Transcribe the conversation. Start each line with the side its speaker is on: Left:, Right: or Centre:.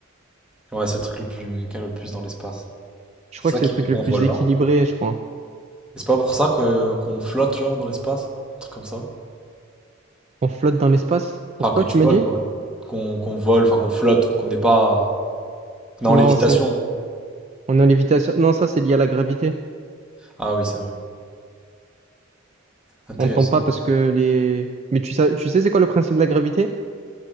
Centre: Ouais, c'est le truc le plus... qu'il y a le plus dans l'espace.
Right: Je
Centre: C'est
Right: crois
Centre: ça
Right: que c'est
Centre: qui
Right: le truc
Centre: fait qu'on
Right: le plus
Centre: vole,
Right: équilibré,
Centre: non?
Right: je crois.
Centre: Et c'est pas pour ça que qu'on flotte, genre, dans l'espace? Un truc comme ça?
Right: On flotte dans l'espace.
Centre: Enfin,
Right: Pourquoi
Centre: que tu
Right: tu m'as
Centre: voles,
Right: dit?
Centre: quoi. Qu'on qu'on vole, enfin qu'on flotte, enfin, qu'on n'est pas... qu'on en
Right: Non,
Centre: lévitation.
Right: c'est On est en lévitation. Non, ça, c'est lié à la gravité.
Centre: Ah oui, c'est vrai. Intéressant.
Right: On ne tombe pas parce que les. Mais tu sais, tu sais c'est quoi le principe de la gravité?